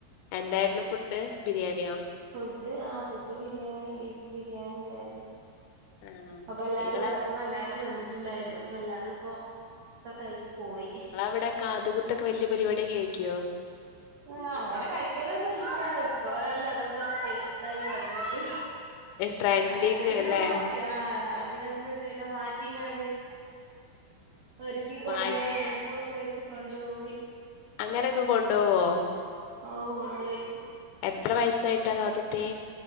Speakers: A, on the left; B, on the right.
A: എന്തായിരുന്നു ഫുഡ് ബിരിയാണിയോ?
B: ഫുഡ് ആ ഫുഡ് ബിരിയാണി ബീഫ് ബിരിയാണി ഒണ്ടായിരുന്നു.
A: ആണോ
B: അപ്പൊ എല്ലാരും
A: നിങ്ങളവിടെ
B: ഇത്താത്ത എല്ലാരും വന്നിട്ടുണ്ടായിരുന്നു അപ്പൊ എല്ലാരും ഇപ്പൊ ഒക്കെ കഴിഞ്ഞ് പോയി.
A: നിങ്ങടെ അവിടെ കാത് കുത്തൊക്കെ വലിയ പരിപാടി അയിക്കുവോ.
B: ആഹ് അങ്ങനെ കഴിക്കലൊന്നും ഇല്ല്യാ ഇപ്പൊഴല്ലെ അതൊക്കെ ഇതായി വന്നത്.
A: ട്രെൻഡിങ്
B: അങ്ങനെ പിന്നെ
A: അല്ലേ
B: മാറ്റി. ആഹ് അതിന് അനുസരിച്ച് പിന്നെ മാറ്റിയും കണ്ടും ഒരുക്കി കൊണ്ടുപോയി
A: മാറ്റി
B: മുല്ലപ്പൂവൊക്കെ വെച്ച് കൊണ്ടുപോയി.
A: അങ്ങനെ അങ്ങ് കൊണ്ടു പോവോ.
B: ഓഹ് കൊണ്ട്പോയി.
A: എത്ര വയസ്സായിട്ടാ കാത്കുത്തിയെ